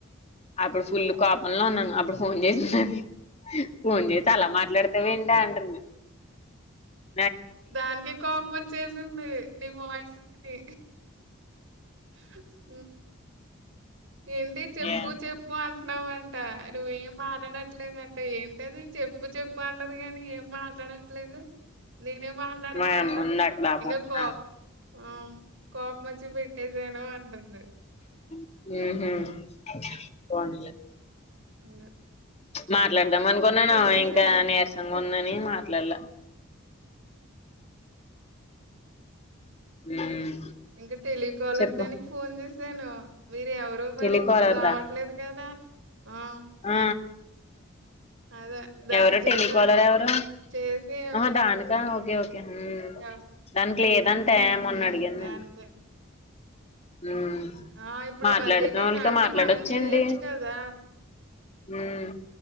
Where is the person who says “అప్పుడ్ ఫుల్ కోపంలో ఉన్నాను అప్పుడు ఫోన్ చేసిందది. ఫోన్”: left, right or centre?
Left